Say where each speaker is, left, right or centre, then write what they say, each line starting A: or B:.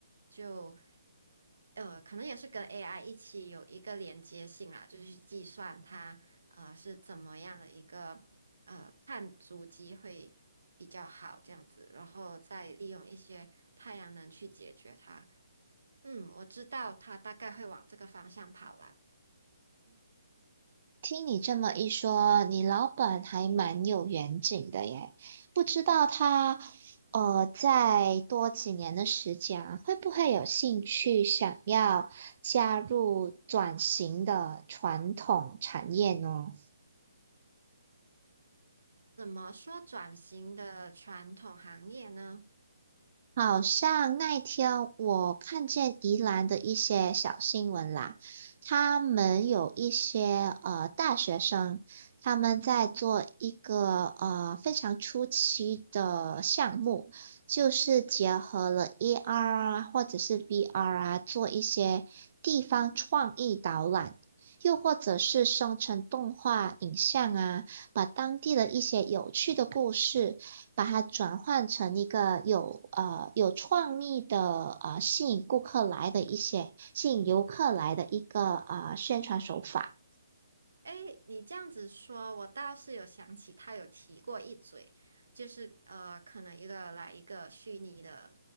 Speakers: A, on the right (about 80°); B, on the right (about 40°).
A: 就呃，可能也是跟 AI 一起有一个连接性啦，就是去计算它呃是怎么样的一个呃碳足迹会比较好这样子，然后再利用一些太阳能去解决它。嗯，我知道它大概会往这个方向跑啦。
B: 听你这么一说，你老板还蛮有远景的耶。不知道他，呃，再多几年的时间啊，会不会有兴趣想要加入转型的传统产业呢？
A: 怎么说转型的传统行业呢？
B: 好像那一天我看见宜兰的一些小新闻啦，他们有一些呃大学生，他们在做一个呃非常初期的项目，就是结合了 AR 啊或者是 VR 啊，做一些地方创意导览。又或者是生成动画影像啊，把当地的一些有趣的故事。把它转换成一个有呃有创意的呃吸引顾客来的一些吸引游客来的一个啊宣传手法。
A: 哎，你这样子说，我倒是有想起他有提过一嘴，就是呃，可能一个来一个虚拟的